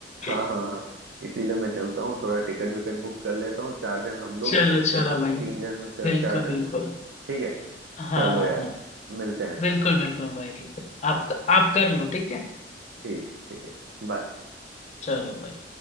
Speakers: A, on the right; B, on the left.
A: हाँ
B: <laughs>
A: हाँ हाँ इसीलिए मैं चलता हूँ थोड़ा टिकट विकट बुक कर लेता हूँ चार जन हम लोग
B: चलो
A: हैं तुम
B: चलो
A: लोग
B: भाई
A: तीन जन चार
B: बिल्कुल
A: जन
B: बिल्कुल
A: ठीक है
B: हाँ
A: चलो
B: हाँ
A: यार
B: हाँ
A: मिलते हैं
B: बिल्कुल बिल्कुल भाई आप आप कर लो ठीक है
A: ठीक ठीक है बाय
B: चलो भाई